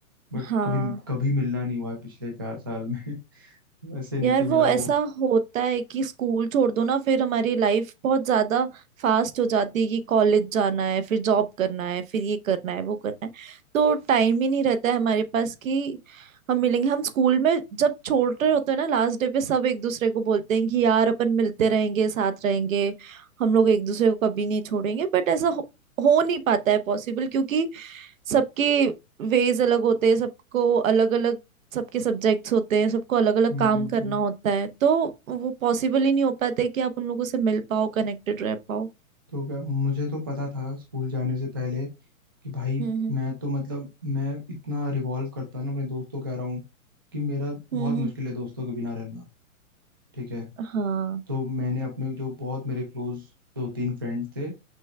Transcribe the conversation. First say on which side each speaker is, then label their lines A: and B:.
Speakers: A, on the right; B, on the right.
A: बट
B: हाँ
A: कभी कभी मिलना नहीं हुआ है पिछले चार साल में <laughs> वैसे नीचे
B: यार वो
A: मिला
B: ऐसा
A: वो
B: होता है कि स्कूल छोड़ दो ना फिर हमारी लाइफ बहुत ज्यादा फास्ट हो जाती है कि कॉलेज जाना है फिर जॉब करना है फिर ये करना है वो करना है तो टाइम ही नहीं रहता है हमारे पास कि हम मिलेंगे हम स्कूल में जब छोड़ रहे होते हैं ना लास्ट डे पे सब एक दूसरे को बोलते हैं कि यार अपन मिलते रहेंगे साथ रहेंगे हम लोग एक दूसरे को कभी नहीं छोड़ेंगे बट ऐसा हो, हो नहीं पाता है पॉसिबल क्योंकि सबके वेज अलग होते हैं सबको अलग अलग सबके सब्जेक्ट्स होते हैं सबको अलग अलग
A: हम्म
B: काम
A: हम्म,
B: करना
A: हम्म।
B: होता है तो वो पॉसिबल ही नहीं हो पाता है कि आप उन लोगों से मिल पाओ कनेक्टेड रह पाओ
A: तो क्या मुझे तो पता था स्कूल जाने से पहले कि भाई
B: हम्म
A: मैं तो मतलब मैं इतना रिवॉल्व करता ना अपने दोस्तों के अराउंड कि मेरा बहुत
B: हम्म
A: मुश्किल
B: हम्म
A: है दोस्तों के बिना रहना ठीक है
B: हाँ
A: तो मैंने अपने जो बहुत मेरे क्लोज दो तीन फ्रेंड्स थे